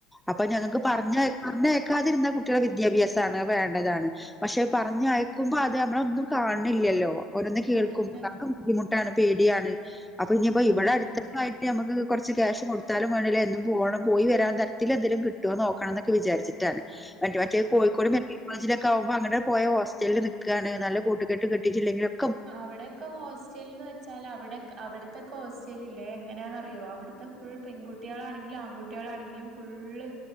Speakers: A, in the centre; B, on the right.
A: അപ്പൊ ഞങ്ങക്ക് പറഞ്ഞ
B: ആഹ്
A: പറഞ്ഞേക്കാതിരുന്ന കുട്ടികളെ വിദ്യാഭ്യാസാണ് അത് വേണ്ടതാണ് പക്ഷെ പറഞ്ഞ അയക്കുമ്പോ അത് നമ്മളൊന്നും കാണണില്ലല്ലോ ഓരോന്ന് കേൾക്കുമ്പോ
B: അതന്നെ
A: ബുദ്ധിമുട്ട് ട്ടാണ് പേടിയാണ് അപ്പൊ ഇനിയിപ്പോ ഇവിടെ
B: അതന്നെ
A: അടുത്തായിട്ട് നമുക്ക് കുറച്ച് ക്യാഷ് കൊടുത്താലും വേണ്ടില്ലഎന്നുംപോകണം പോയി വരാൻ തരത്തിൽ എന്തെലും കിട്ടുവോ നോക്കണമെന്ന് വിചാച്ചിട്ടാണ് മ മറ്റേ കോഴിക്കോട്
B: ആഹ്
A: മെഡിക്കൽ കോളേജിലെ അപ്പൊ അങ്ങടെ പോയ ഹോസ്റ്റലിൽ നിൽക്കാണ് നല്ല കൂട്ടുകെട്ട് കിട്ടിയ ട്ടില്ലെങ്കിലും
B: അവിടൊക്കെ ഹോസ്റ്റൽ എന്ന് വെച്ചാൽ അവിടെ അവിടത്തെക്കെഹോസ്റ്റൽ ഇല്ലേ ഏ എങ്ങനെയാണെന്നറിയോ അവിടുത്തെ ഫുൾ പെൺകുട്ടികളാണെങ്കിലും ആൺകുട്ടികളാണെങ്കിലും ഫുള്ള്